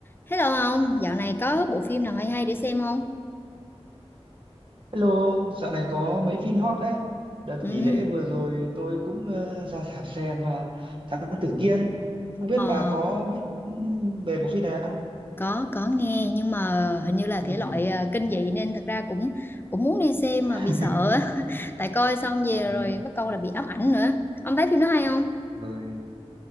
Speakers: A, on the left; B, on the right.
A: Hello ông, dạo này có bộ phim nào hay hay để xem không?
B: Hello, dạo này có mấy phim hot đấy. Đợt
A: Ừ,
B: nghỉ
A: ừ.
B: lễ vừa rồi tôi cũng ờ, ra rạp xem uh, Thám Tử Kiên. Không biết
A: ờ,
B: bà có biết ừ, về bộ phim này không?
A: có có nghe nhưng mà hình như là
B: Ừ.
A: thể loại ờ, kinh dị nên thật ra cũng cũng muốn đi xem
B: <laughs>
A: mà bị sợ á. <laughs> Tại coi xong về
B: Ừ.
A: rồi bắt câu là bị ám ảnh nữa. Ông thấy phim đó hay không?
B: Rồi